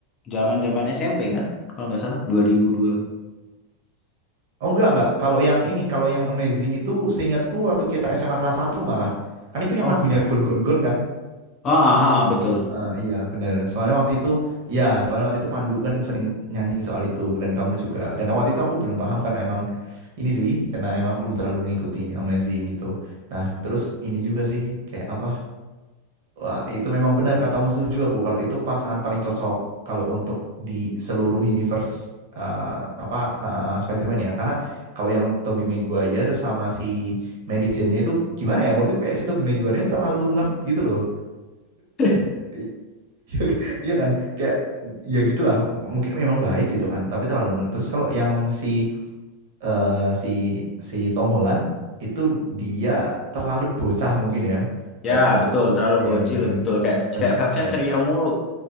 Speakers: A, on the left; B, on the right.
A: Zaman-zaman SMP kan? Kalau nggak salah 2002.
B: Oh enggak, enggak. Kalau yang ini, kalau yang amazing itu seingatku waktu kita SMA kelas satu malah. Kan itu yang
A: Oh,
B: lagunya Gon Gon Gon kan?
A: oh, aha, betul.
B: Eh, iya, bener. Soalnya waktu itu, ya, soalnya waktu itu Pandu kan sering nyanyi soal itu dan kamu juga. Dan waktu itu aku belum paham karena emang ini sih, karena emang aku belum terlalu ngikutin yang amazing gitu. Nah, terus ini juga sih kayak apa? Wah, itu memang benar katamu setuju aku. Kalau itu pasangan paling cocok kalau untuk di seluruh universe uh, apa uh, uh, uh, Spider-Man ya. Karena kalau yang Tobey Maguire sama si Mary Jane-nya itu gimana ya? Menurutku kayak si Tobey Maguire-nya terlalu nerd gitu loh.
A: <laughs>
B: I- <laughs> Iya kan? Kayak ya gitulah. Mungkin memang baik gitu kan, tapi terlalu nerd. Terus kalau yang si eh, si si Tom Holland itu dia terlalu bocah mungkin ya. Kayak
A: Ya, betul, terlalu
B: ya
A: bocil,
B: benar kan?
A: betul. Kayak kayak Febsnya
B: Benar.
A: ceria mulu.